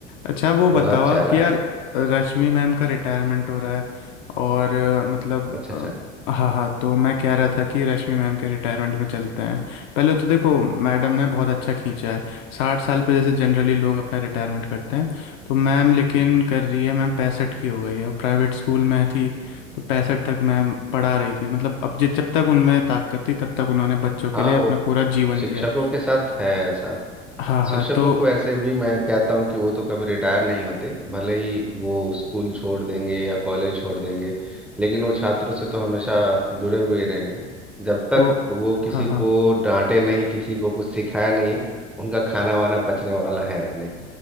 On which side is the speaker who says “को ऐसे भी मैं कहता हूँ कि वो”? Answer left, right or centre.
Centre